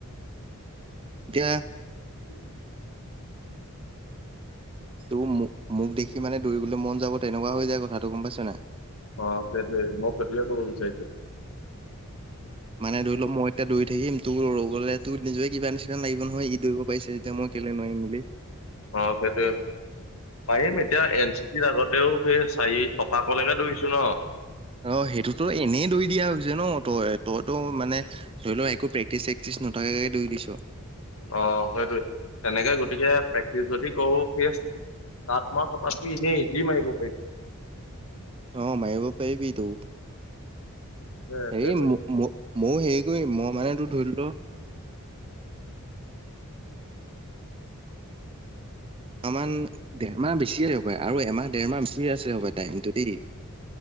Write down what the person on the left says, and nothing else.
উম।
অ' সে মই সেইটো ক'ব বিচাৰিছো।
অ' সেটো পাৰিম এতিয়া এন চি চিৰ আগতেও সেই চাৰি চপাকলৈকে দৌৰিছো ন।
অ সেইটোৱে তেনেকে গতিকে প্ৰেক্টিচ যদি কৰো সেই <unintelligible> এনেই ইজি মাৰিব পাৰিম।
এ
সেইটোৱে